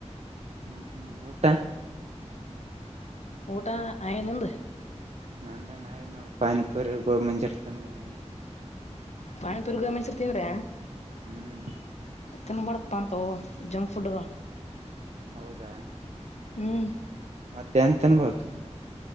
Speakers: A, on the right (about 65°); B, on the left (about 70°).
A: ಹ್ಮ್ ಹ್ಮ್ ಊಟ
B: ಊಟಾ ಆಗ್ಯದ ನಿಂದು
A: ನಂದೇನ್ ಆಗ್ಯದ ನೋಡು ಪಾನಿಪೂರಿ ಗೋಬಿ ಮಂಚೂರಿ ತಿಂದ್ ಬಂದಿನಿ
B: ಪಾನಿಪುರಿ ಗೋಬಿ ಮಂಚೂರಿ ತಿಂದ್ರ
A: ಹ್ಮ್
B: ತಿನ್ಬೇಡ್ದ್ ಪಾ ಅಂತಾವ್ ಜಂಕ್ ಫುಡ್ ಅವ
A: ಹೌದಾ
B: ಹ್ಮ್
A: ಮತ್ತೆ ಏನ್ ತಿನ್ಬೇಕು